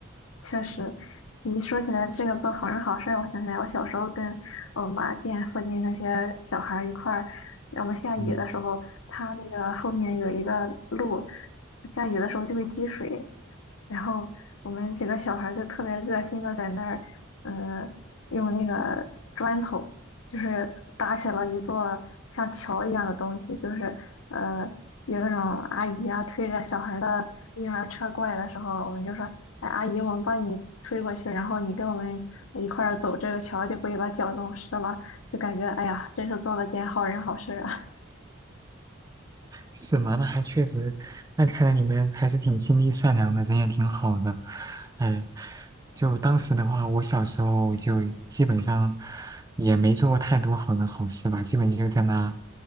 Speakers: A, on the left; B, on the right.
A: 确实，你一说起来这个做好人好事儿，我想起来我小时候跟我妈店附近那些小孩儿一块儿，我们下雨的时候，
B: 嗯，
A: 它那个后面有一个路，下雨的时候就会积水，然后我们几个小孩儿就特别热心的在那儿，呃，用那个砖头，就是搭起了一座像桥一样的东西，就是呃，有那种阿姨啊推着小孩儿的婴儿车过来的时候，我们就说，哎，阿姨，我们帮你推过去，然后你跟我们一块儿走这个桥，就不会把脚弄湿了，就感觉哎呀，真是做了件好人好事儿啊。
B: 是吗？那还确实，那看来你们还是挺心地善良的，人也挺好的。哎，就当时的话，我小时候就基本上也没做过太多好人好事吧，基本就在那，